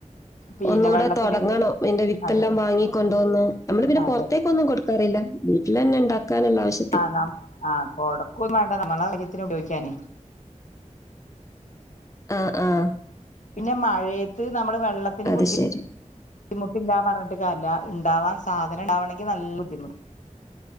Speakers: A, on the left; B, on the left.
A: പിന്നെ
B: ഒന്നൂടെ
A: വെള്ളത്തിന്
B: തുടങ്ങണം അയിന്റെ വിത്തെല്ലാം
A: അതെ
B: വാങ്ങിക്കൊണ്ടോന്ന് നമ്മള് പിന്നെ
A: അതെ
B: പുറത്തേക്കൊന്നും കൊടു ല്ല വീട്ടിലന്നെ ഇണ്ടാക്കാനുള്ള ആവശ്യം
A: ആഹ് ആഹ് കൊടക്കൊന്നും വേണ്ട നമ്മള കാര്യത്തിന് ഉപയോഗിക്കാനേ
B: ആഹ് ആഹ്
A: പിന്നെ മഴയത്ത് നമ്മള് വെള്ളത്തിന്
B: അത്
A: ബുദ്ധി
B: ശരി.
A: ബുദ്ധിമുട്ടില്ലാ പറഞ്ഞിട്ട് കാര്യല്ല ഇണ്ടാവാൻ സാധനം ഇണ്ടവാണെങ്കി നല്ല ബുദ്ധിമു